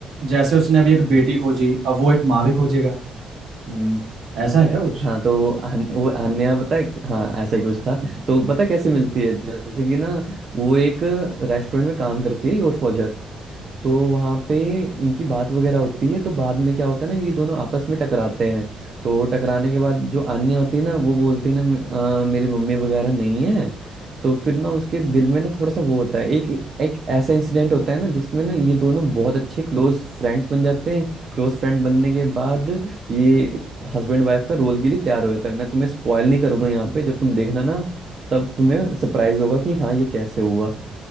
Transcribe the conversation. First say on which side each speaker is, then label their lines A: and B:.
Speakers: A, on the right; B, on the right.
A: जैसे उसने अभी एक बेटी खोजी अब वो एक माँ भी खोजेगा
B: हम्म,
A: ऐसा है क्या कुछ
B: हाँ तो अन- वो अन्य पता है हाँ ऐसा ही कुछ था तो पता है कैसे मिलती है जैसे कि ना वो एक रेस्टोरेंट में काम करती है योर फौजर तो वहाँ पे इनकी बात वगैरह होती है तो बाद में क्या होता है ना ये दोनों आपस में टकराते हैं तो टकराने के बाद जो आन्या होती है ना वो बोलती है ना "मे- अ, मेरी मम्मी वगैरह नहीं है तो फिर ना उसके दिल में ना थोड़ा सा वो होता है एक एक ऐसा इंसिडेंट होता है ना जिसमें ना ये दोनों बहुत अच्छे क्लोज फ्रेंड्स बन जाते हैं क्लोज फ्रेंड बनने के बाद ये हस्बैंड वाइफ का रोल के लिए तैयार हो जाता है मैं तुम्हें स्पॉयल नहीं करूंगा यहाँ पे जब तुम देखना ना तब तुम्हें सरप्राइज होगा कि हाँ ये कैसे हुआ